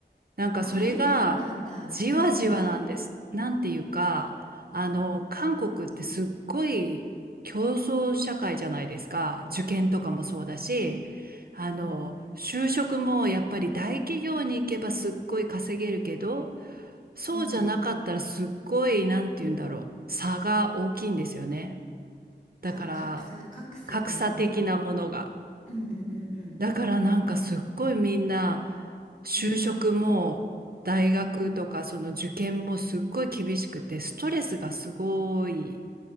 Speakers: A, on the right; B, on the left.
A: なんかそれがじわじわなんです。
B: あそうだったんだうんうん
A: なんていうか、あの、
B: うん
A: 韓国ってすっごい競争社会じゃないですか。受験とかもそうだし、あの、
B: うんうん
A: 就職もやっぱり大企業に行けばすっごい稼げるけど、そうじゃなかったらすっごい、
B: うんうん
A: なんて言うんだろう、差が大きいんですよね。だから、
B: あー格差格差があるんだ
A: 格差的なものが。
B: うんうんうんうん
A: だからなんかすっごいみんな就職も大学とかその受験もすっごい厳しくてストレスがすごい
B: うんうん